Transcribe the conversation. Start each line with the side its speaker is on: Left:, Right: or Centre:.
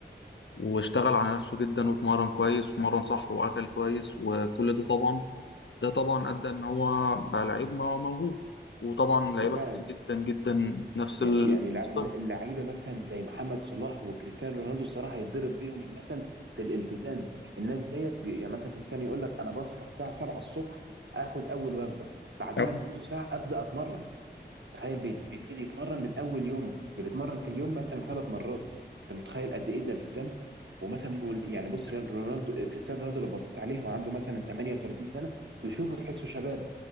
Left: واشتغل على نفسه جدا واتمرن كويس واتمرن صح وأكل كويس
Right: مم.
Left: وكل ده طبعا ده طبعا
Right: مم.
Left: أدى إن هو بقى لعيب مو- موهوب وطبعا لعيبة
Right: ما فعلا
Left: كتير جدا جدا نفس
Right: ي-
Left: الستايل
Right: يعني لع- لعيبه مثلا زي محمد صلاح وكريستيانو رونالدو الصراحه هيتضرب بيهم المثل في الالتزام الناس ديت بي... يعني مثلا كريستيانو يقول لك انا بصحى الساعه 7 الصبح اخد اول وجبه بعديها
Left: أوي.
Right: بنص ساعه ابدا اتمرن تخيل بي- بيبتدي يتمرن من اول يومه يعني بيتمرن في اليوم مثلا ثلاث مرات انت متخيل قد ايه ده التزام ومثلا يعني بص رونالدو كريستيانو رونالدو لو بصيت عليه هو عنده مثلا 38 سنه تشوفه تحسه شباب